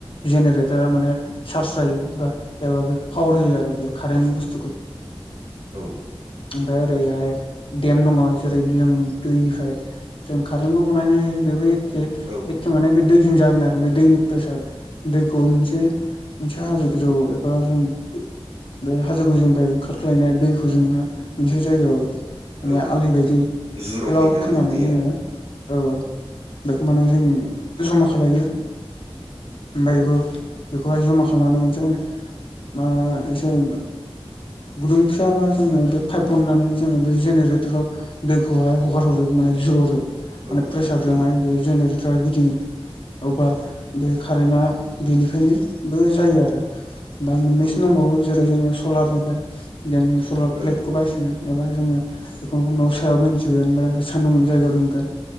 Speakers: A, on the left (about 60°); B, on the right (about 85°).
A: जेनेरेटारा माने चार्ज जायो बा एबा बे पावार होयो आरो बे कारेन्ट बुस्तुखौ
B: औ
A: ओमफ्राय ओरैहाय देम दङ जेरै जों दैनिफ्राय जों कारेन्टबो बनायनो हायो
B: औ
A: एखे माने बे दैजों जागोन आरो बे दैनि प्रेसार दैखौ मोनसे मोनसे हाजो गोजौ एबा बे हाजो गोजौनिफ्राय ओंखारख्लायनाय दैखौ जोङो मोनसे जायगायाव माने
B: औ
A: आलि बायदि
B: जुराव
A: गोलाव
B: फैयोना
A: खोनानै
B: बेजों दैया
A: जोङो औ बेखौ माने जों जमा खालायो। ओमफ्राय
B: औ
A: बेखौ बे <unintelligible> गुदुं फिसाबा जोङो बे पाइप बननानै जोङो बे जेनेरेटराव दैखौहाय हगारहरो माने जो मान
B: ओं
A: प्रेसारजों
B: ओं
A: बे जेनेरेटर गिदिङो अबा बे कारेन्टआ बेनिफ्रायबो जायो आरो ओमफ्राय मोननैसो
B: औ ओं
A: दंबावो जेरै जोङो सलारनिफ्राय जों सलार
B: ओं
A: प्लेटखौ बायसिगोन एबा जोङो बेखौ उनाव <unintelligible> सान्दुं जायगायाव दोनगोन।